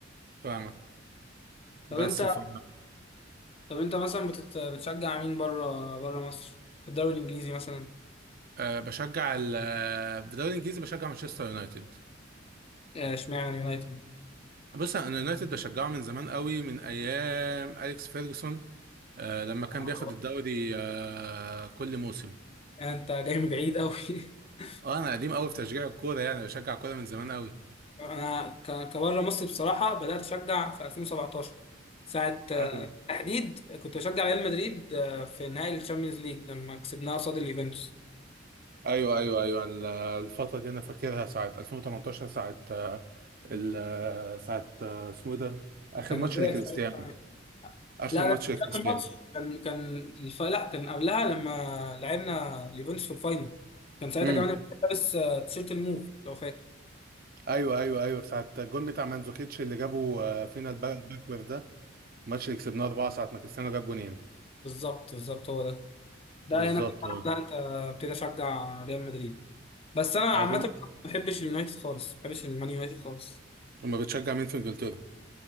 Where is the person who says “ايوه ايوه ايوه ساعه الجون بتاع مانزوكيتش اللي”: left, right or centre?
Right